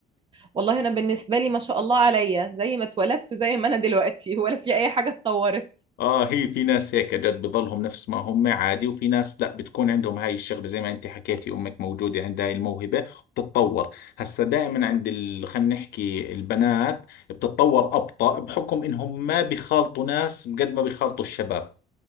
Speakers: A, on the right (about 30°); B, on the left (about 70°).
A: والله انا بالنسبه لي ما شاء الله عليا زي ما اتولدت زي ما انا دلوقتي ولا في اي حاجه اتطورت
B: اه هي في ناس هيك جد بضلهم نفس ما هم عادي وفي ناس لا بتكون عندهم هاي الشغلة زي ما انت حكيتي امك موجودة عندها هاي الموهبة بتتطور هسا دائما عند ال... خلينا نحكي البنات بتتطور أبطأ بحكم انهم ما بيخالطوا ناس قد ما بيخالطوا الشباب